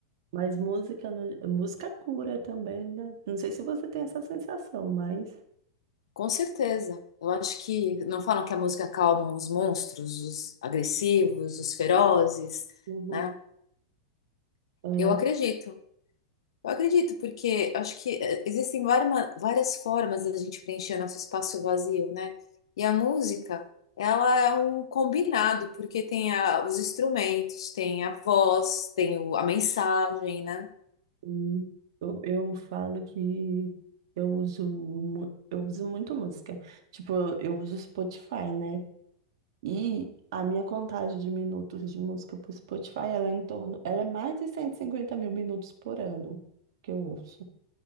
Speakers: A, on the right; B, on the left.
A: Mas música, no- música cura também, né? Não sei se você tem essa sensação, mas
B: Com certeza. Eu acho que não falam que a música acalma os monstros, os agressivos, os ferozes,
A: Uhum.
B: né?
A: é,
B: Eu acredito. Eu acredito, porque acho que eh, existem várias, várias formas da gente preencher nosso espaço vazio, né? E a música, ela é um combinado, porque tem a- os instrumentos, tem a voz, tem o- a mensagem, né?
A: hum, eu, eu falo que eu uso, mu- eu uso muito música. Tipo, eu uso Spotify, né? E a minha contagem de minutos de música para o Spotify, ela é em torno, ela é mais de cento e cinquenta mil minutos por ano que eu ouço